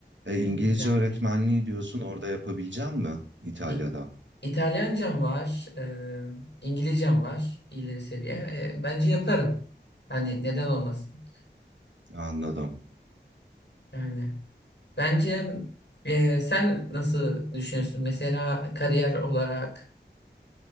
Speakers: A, on the right; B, on the left.
A: E,
B: e,
A: İngilizce
B: düzenlemiş.
A: öğretmenliği diyorsun orada yapabileceğim mi İtalya'da?
B: İ- İtalyancam var, e, İngilizcem var ileri seviye. E, bence yaparım. Hani neden olmasın?
A: Anladım.
B: Yani bence e, sen nasıl düşünüyorsun? Mesela kariyer olarak.